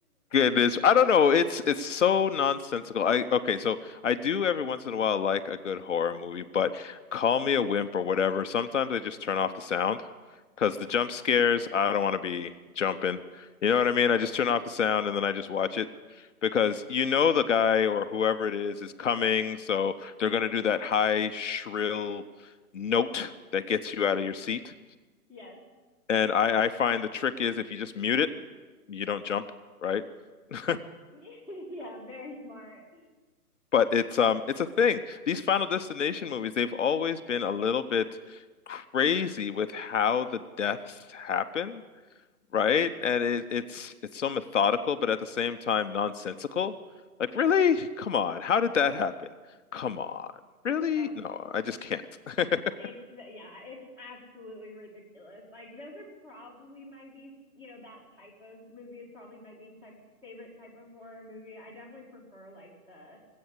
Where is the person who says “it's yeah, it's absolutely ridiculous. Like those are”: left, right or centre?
Centre